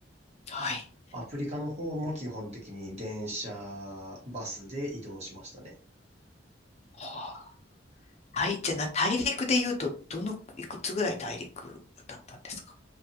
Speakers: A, on the left (about 35°); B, on the right (about 35°).
A: はい。
B: アフリカの方も基本的に電車、バスで移動しましたね。
A: はあはい。じゃあな、大陸で言うと、どの、いくつぐらい大陸渡ったんですか